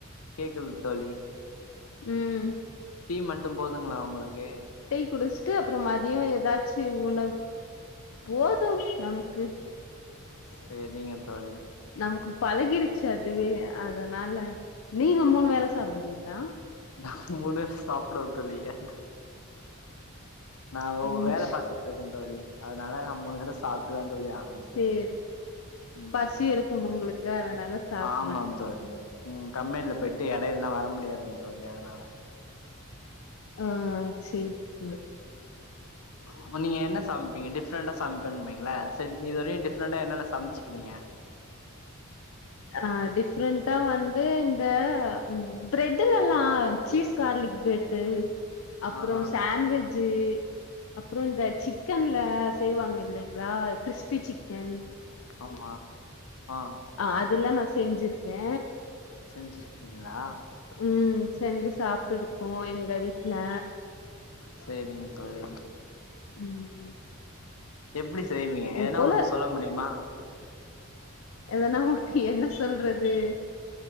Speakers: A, on the left; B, on the left.
A: கேக்குது தோழி
B: ம்
A: டீ மட்டும் போதுங்களா உங்களுக்கு
B: டீ குடிச்சுட்டு அப்பற மதிய ஏதாச்சு உணவு போதும் நமக்கு
A: சேரிங்க தோழி
B: நமக்கு பழகிருச்சு அதுவே அதனால நீங்க மூணு வேல சாப்டுவிங்களா
A: நா மூணு வேல சாப்டுவ தோழி எ நா ஒரு
B: ம்
A: வேல பாத்துட்டு இருக்க தோழி அதனால நா மூணு வேல சாப்ட்டுதா தோழி ஆகணு
B: சேர்
A: ம்
B: பசி எடுக்கும் உங்களுக்கு அதனால சாப்டுறீங்க
A: ஆமாம் தோழி ம் கம்பெனில போயிட்டு எடையில்ல லா வர முடியாதுங்க தோழி அதனால
B: ஆஹ் சேரி சேரி
A: அப்ப நீங்க என்ன சமைப்பீங்க டிஃப்ரெண்டா சமைப்பன்பிங்கள சரி நீ இது வரையும் டிஃப்ரெண்டா என்னென்ன சமைச்சுக்கிறீங்க
B: ஆ டிஃப்ரெண்டா வந்து இந்த ம் பிரெட்ல எல்லா சீஸ் கார்லிக் பிரெட்டு அப்பற
A: ஆ ஆ
B: சாண்ட்வெஜ் அப்பற இந்த
A: ம்
B: சிக் சிக்கன்ல செய்வாங்க இல்லிங்களா கிறிஸ்பி சிக்கன்
A: ஆமா ஆ
B: ஆஹ் அதெல்லா நா செஞ்சிருக்க
A: செஞ்சிருக்கீங்களா
B: ம் செஞ்சு சாப்ட்டு இருக்கோ எங்க வீட்டு்ல
A: சேரிங்க தோழி
B: ம்
A: எப்டி செய்வீங்க
B: இது
A: ஏதுன்னா
B: போல
A: ஒண்ணு சொல்ல முடியுமா
B: எதன்னா ஒண்ணு என்ன சொல்றது